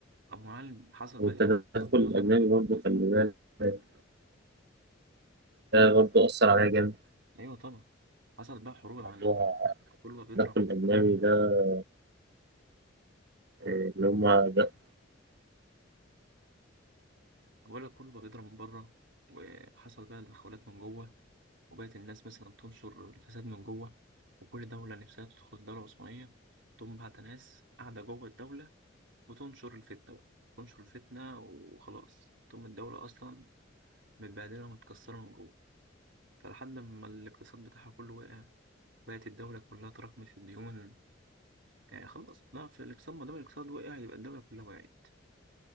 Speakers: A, on the right (about 75°); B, on the right (about 60°).
A: أبو معلم حصل
B: والتدخل
A: بقى إيه؟
B: الأجنبي
A: تضخم
B: برضه خلي بالك ده برضه أثر عليا جامد
A: أيوه طبعا حصل بقى حروب
B: في
A: يا معلم
B: موضوع
A: كله بقى بيضرب
B: التدخل الأجنبي ده إيه، اللي هما ده
A: بقول لك كله بقى بيضرب من بره وحصل بقى تدخلات من جوه وبقت الناس مثلا تنشر الفساد من جوه وكل دولة نفسها تدخل الدولة العثمانية تقوم بعت ناس قاعدة جوه الدولة وتنشر الفتنة بقى تنشر الفتنة وخلاص تقوم الدولة أصلا متبهدلة ومتكسرة من جوه فلحد ما الاقتصاد بتاعها كله وقع بقت الدولة كلها تراكمت في الديون يعني خلاص لا في الاقتصاد ما دام الاقتصاد وقع يبقى الدولة كلها وقعت